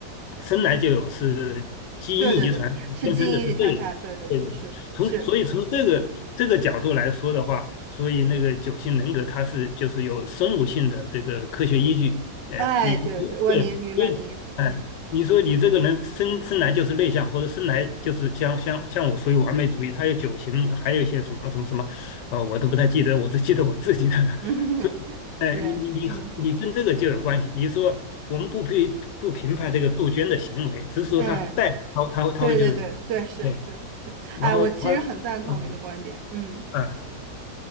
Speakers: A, on the left; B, on the right.
A: 生来就有，是基因遗传天生的，
B: 对对对，是基因遗传下来，
A: 是这一对对对。
B: 对对对是是，
A: 从所以从这个这个角度来说的话，所以那个九型人格它是就是有生物性的这个科学依据。哎，
B: 哎，
A: 你你对所以哎。
B: 对对，我你明白你意思，嗯。
A: 你说你这个人生生来就是内向，或者生来就是像像像我属于完美主义，他有九型，还有一些什么什么什么，呃，我都不太记得，我只记得我自己的。
B: 嗯，
A: <laughs> 所以，
B: <laughs>
A: 哎，
B: 对，
A: 你你你和你跟这个就有关系。
B: 嗯
A: 你说我们不批不评判这个杜鹃的行为，只是说他带他他会他会就是，
B: 嗯，对对对对，是是是，
A: 对，然后他嗯
B: 哎，我其实很赞同您的观点，嗯。
A: 嗯